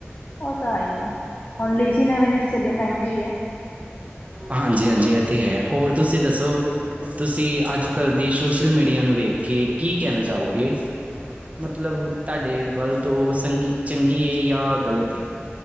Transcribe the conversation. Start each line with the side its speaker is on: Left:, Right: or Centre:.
Left: ਉਹ ਤਾ ਹੈ ਈ ਆ, ਹੁਣ ਲੀਜੀ ਨਵੀਂ-ਨਵੀਂ ਚਲੀ ਏ ਮਹਿੰਗੀ ਹੈ।
Right: ਹਾਂਜੀ-ਹਾਂਜੀ ਇਹ ਤੇ ਹੈ, ਹੋਰ ਤੁਸੀਂ ਦੱਸੋ। ਤੁਸੀਂ ਅੱਜ ਕੱਲ੍ਹ ਦੀ ਸੋਸ਼ਲ ਮੀਡੀਆ ਨੂੰ ਵੇਖ ਕੇ ਕੀ ਕਹਿਨਾ ਚਾਹੋਗੇ। ਮਤਲਬ ਤੁਹਾਡੇ ਵਲ ਤੋਂ ਸੰਗੀ ਚੰਗੀ ਏ ਯਾ ਗਲਤ ਏ?